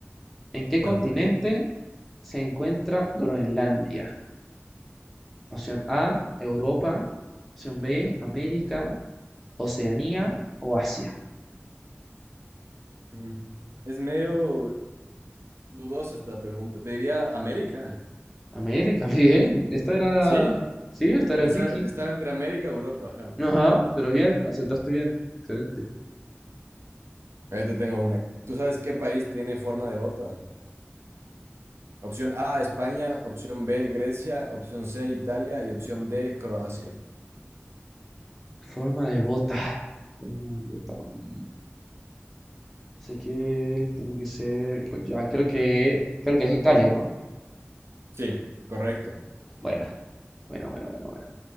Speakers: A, in the centre; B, on the right (about 70°).
A: ¿En qué
B: Cuéntame.
A: continente se encuentra Groenlandia? Opción A, Europa. Opción B, América, Oceanía o Asia.
B: Mm. Es medio dudosa esta pregunta. Te diría América.
A: América, <laughs> bien. Esta era.
B: Sí.
A: Sí, esta era
B: Pensaba,
A: tricky.
B: estaba entre América y Europa. Ajá.
A: Ajá, pero bien, aceptaste bien. Excelente.
B: Ahí te tengo una. ¿Tú sabes qué país tiene forma de bota? Opción A, España. Opción B, Grecia. Opción C, Italia. Y opción D, Croacia.
A: Forma de bota. Forma de bota. Mm, Sé que tiene que ser. pues ya creo que. Creo que es Italia, ¿no?
B: Sí, correcto.
A: Bueno, bueno, bueno, bueno, bueno.